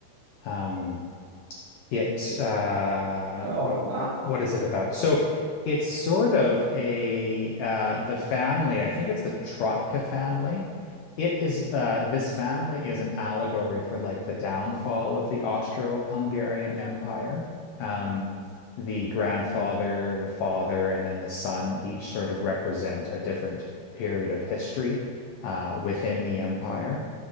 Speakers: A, on the left; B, on the right.
A: Um, it uh
B: No,
A: what
B: I'm not.
A: what is it about? So it's sort of a uh the family, I think it's the Trotka family. It is uh this family is an allegory for like the downfall of the Austro-Hungarian Empire. Um the grandfather, the father, and then the son each sort of represent a different period of history uh within the empire.